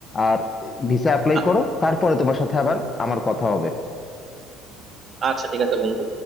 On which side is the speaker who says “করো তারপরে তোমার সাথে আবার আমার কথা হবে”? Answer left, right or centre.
Left